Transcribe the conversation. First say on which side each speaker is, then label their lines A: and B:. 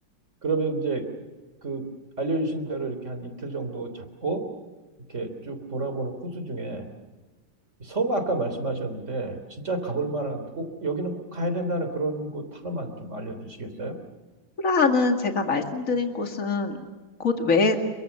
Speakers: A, on the right (about 35°); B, on the left (about 40°).
A: 그러면 이제 그 알려주신 대로 이렇게 한 이틀 정도 잡고 이렇게 쭉 돌아보는 코스 중에 섬 아까 말씀하셨는데 진짜 가볼 만한 꼭 여기는 꼭 가야 된다는 그런 곳 하나만 좀 알려주시겠어요?
B: 프라하는 제가 말씀드린 곳은 곳 외에